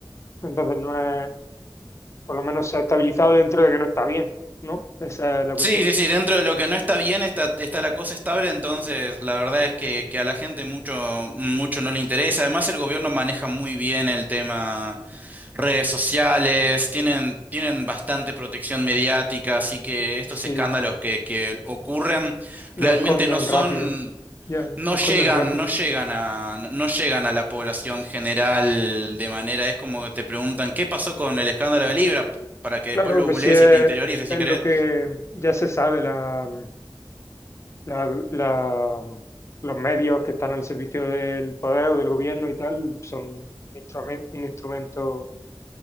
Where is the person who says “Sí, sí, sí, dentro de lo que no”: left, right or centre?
Right